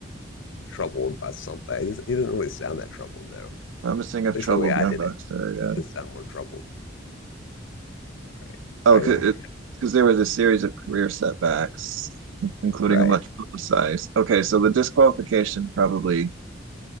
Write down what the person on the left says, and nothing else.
troubled by something. He doesn't, he doesn't really sound that troubled though.
At least
the way I
did
it,
I should have sounded more troubled. All right,
all right.
You want to
try? Right?